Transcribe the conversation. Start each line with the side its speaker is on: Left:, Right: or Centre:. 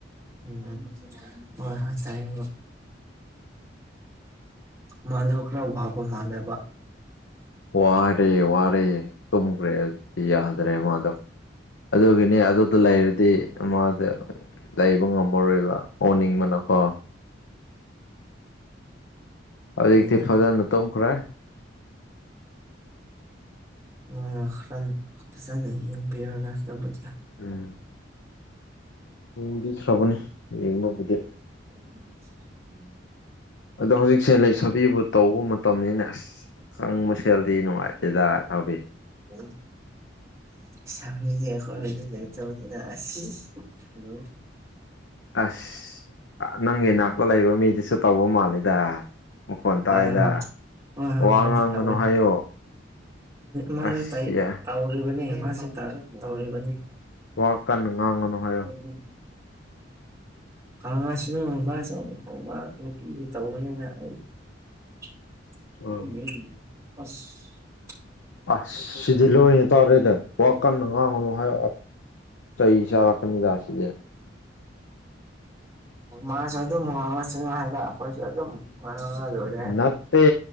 Right: ꯎꯝ ꯍꯣꯏ ꯍꯣꯏ ꯇꯥꯏꯕ ꯃꯥꯟꯗꯕ ꯈꯔ ꯋꯥꯕ ꯃꯥꯟꯗꯕ
Left: ꯋꯥꯔꯦ ꯋꯥꯔꯦ ꯇꯨꯝꯈ꯭ꯔꯦ ꯍꯧꯖꯤꯛꯇꯤ ꯌꯥꯗ꯭ꯔꯦ ꯃꯥꯗꯣ ꯑꯗꯨꯒꯤꯅꯦ ꯑꯗꯨꯗ ꯂꯩꯔꯗꯤ ꯃꯥꯁ ꯂꯩꯕ ꯉꯝꯃꯔꯣꯏꯕ ꯑꯣꯅꯤꯡꯕꯅꯀꯣ ꯍꯧꯖꯤꯛꯇꯤ
Right: ꯑꯗꯨꯅꯦ
Left: ꯐꯖꯅ ꯇꯧꯈ꯭ꯔꯦ
Right: ꯎꯝ ꯈꯔ ꯐꯖꯅꯔꯣꯇꯕꯨꯗꯤ
Left: ꯎꯝ ꯌꯦꯡꯕꯤꯈ꯭ꯔꯕꯅꯤ ꯌꯦꯡꯕꯕꯨꯗꯤ
Right: ꯎꯝ ꯎꯝ
Left: ꯑꯗꯣ ꯍꯧꯖꯤꯛꯁꯦ ꯂꯩꯁꯕꯤꯕꯨ ꯇꯧꯕ ꯃꯇꯝꯅꯤꯅ ꯑꯁ ꯈꯪꯕ ꯁꯦꯜꯗꯤ ꯅꯨꯡꯉꯥꯏꯇꯦꯗ ꯊꯥꯕꯤ
Right: ꯎꯝ ꯆꯗꯤ ꯈꯣꯏꯗꯨ ꯂꯩ ꯆꯕꯅꯤꯅꯁꯤꯂ
Left: ꯑꯁ ꯅꯪꯒꯤ ꯏꯅꯥꯛꯇ ꯂꯩꯕ ꯃꯤꯗꯨꯁꯨ ꯇꯧꯕ ꯃꯥꯜꯂꯤꯗ ꯃꯈꯣꯟ ꯇꯥꯏꯗ꯫
Right: ꯍꯣꯏ ꯍꯣꯏ ꯍꯣꯏ ꯍ
Left: ꯋꯥ
Right: ꯃꯥꯗꯤ
Left: ꯉꯥꯡꯒꯅꯨ
Right: ꯇꯧꯋꯦ
Left: ꯍꯥꯏꯌꯣ
Right: ꯃꯥ
Left: ꯑꯁ
Right: ꯇꯥꯏ
Left: ꯌꯥꯏ
Right: ꯇꯧꯔꯤꯕꯅꯤ ꯃꯥꯁꯤ ꯇ ꯇꯧꯔꯤꯕꯅꯤ
Left: ꯋꯥ ꯀꯟꯅ ꯉꯥꯡꯉꯅꯨ ꯍꯥꯏ
Right: <unintelligible> ꯈꯥꯡꯉꯁꯤꯅꯃꯁꯨꯃꯥ ꯅꯨꯄꯤꯁꯨ ꯇꯧꯕꯅꯤꯅ ꯑꯩ ꯑꯁ
Left: ꯎꯝ ꯑꯁ ꯁꯤꯗꯤ ꯂꯣꯏꯅꯤ ꯇꯧꯔꯦꯗ ꯋꯥ ꯀꯟꯅ ꯉꯥꯡꯅꯨ꯫ ꯍꯥꯏ ꯆꯩ ꯆꯥꯔꯛꯀꯅꯤꯗ ꯁꯤꯗꯤ
Right: ꯃꯁꯨ ꯑꯗꯨꯝ ꯋꯥꯁꯅꯨ ꯍꯥꯏꯕ ꯑꯈꯣꯢꯁꯨ ꯑꯗꯨꯝ ꯋꯥꯡꯉꯂꯣꯢ꯫
Left: ꯅꯠꯇꯦ